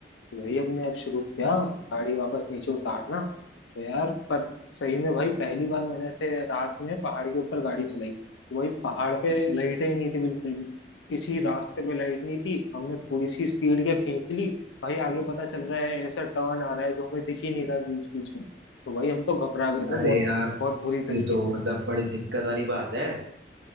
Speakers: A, on the left; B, on the right.
A: वही हमने अब शुरू किया गाड़ी वापस नीचे उतारना तो यार पर सही में भाई पहली बार मैंने ऐसे रात में पहाड़ के ऊपर गाड़ी चलाई तो वही पहाड़ पे लाइटें ही नहीं थी बिल्कुल भी किसी रास्ते पे लाइट नहीं थी हमने थोड़ी सी स्पीड क्या खींच ली भाई आगे पता चल रहा है ऐसा टर्न आ रहा है जो हमें दिख ही नहीं रहा बीच बीच में तो भाई हम तो घबरा गए थे
B: अरे
A: बहुत
B: यार
A: बहुत बुरी
B: ये
A: तरीके
B: तो
A: से
B: मतलब बड़ी दिक्कत वाली बात है